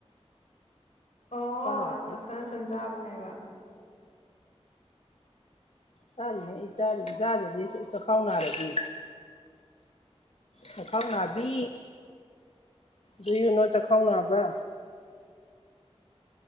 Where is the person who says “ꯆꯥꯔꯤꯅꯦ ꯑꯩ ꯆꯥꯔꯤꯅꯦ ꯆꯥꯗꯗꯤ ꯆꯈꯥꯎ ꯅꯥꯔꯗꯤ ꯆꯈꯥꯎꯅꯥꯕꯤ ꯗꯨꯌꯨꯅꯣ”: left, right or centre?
Left